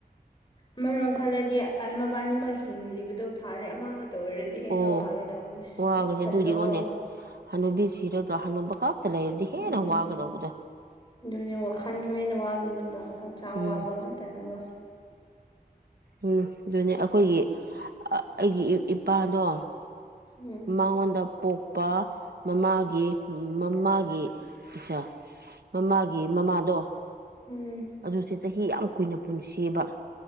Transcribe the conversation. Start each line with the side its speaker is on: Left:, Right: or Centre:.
Left: ꯑꯃꯔꯣꯝ ꯈꯜꯂꯗꯤ ꯃꯕꯥꯅꯤꯃꯛ ꯍꯤꯡꯂꯤꯕꯗꯣ ꯐꯥꯔꯦ ꯑꯃꯥꯡ ꯑꯃꯇ ꯑꯣꯏꯔꯗꯤ ꯍꯦꯟꯅ
Right: ꯑꯣ
Left: ꯋꯥꯒꯗꯕꯅꯦ
Right: ꯋꯥꯒꯁꯦ
Left: ꯋꯥꯈꯜꯗꯣꯀꯣ
Right: ꯑꯗꯨ ꯌꯦꯡꯉꯣꯅꯦ ꯍꯅꯨꯕꯤ ꯁꯤꯔꯒ ꯍꯅꯨꯕ ꯈꯛꯇ ꯂꯩꯔꯗꯤ ꯍꯦꯟꯅ
Left: ꯎꯝ
Right: ꯋꯥꯒꯗꯧꯕꯗꯣ
Left: ꯑꯗꯨꯅꯦ ꯋꯥꯈꯜꯁꯨ ꯍꯦꯟꯅ ꯋꯥꯒꯅꯤꯕ ꯍꯛꯆꯥꯡ
Right: ꯎꯝ
Left: ꯋꯥꯕ ꯉꯥꯛꯇꯅꯕ
Right: ꯎꯝ ꯑꯗꯨꯅꯦ ꯑꯩꯈꯣꯏꯒꯤ ꯑꯩꯒꯤ ꯏꯄꯥꯗꯣ
Left: ꯎꯝ
Right: ꯃꯉꯣꯟꯗ ꯄꯣꯛꯄ ꯃꯃꯥꯒꯤ ꯃꯃꯥꯒꯤ ꯄꯩꯁꯥ ꯃꯃꯥꯒꯤ ꯃꯃꯥꯗꯣ
Left: ꯎꯝ
Right: ꯑꯗꯨꯁꯦ ꯆꯍꯤ ꯌꯥꯝ ꯀꯨꯏꯅ ꯄꯨꯟꯁꯤꯌꯦꯕ